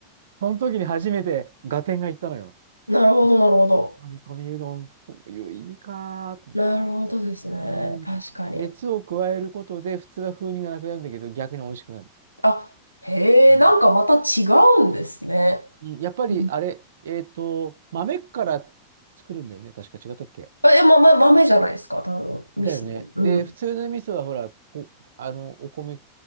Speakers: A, on the right (about 60°); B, on the left (about 85°).
A: その時に初めて合点がいったのよ。
B: なるほど、
A: あ、
B: なるほど。
A: 煮込みうどん、そういう意味かーと思って。
B: なるほどですね。
A: うん。
B: 確かに。
A: 熱を加えることで、普通は風味がなくなるんだけど、逆に美味しくなる。
B: あ、へえ、
A: うん。
B: なんかまた違うんですね。
A: うんやっぱり、
B: うん
A: あれ、えっと、豆から作るんだよね。確か違ったっけ
B: え、ま、ま、豆じゃないですか、多分、味噌。
A: だよね。
B: うん。
A: で、普通の味噌は、ほら、こ、あの、お米、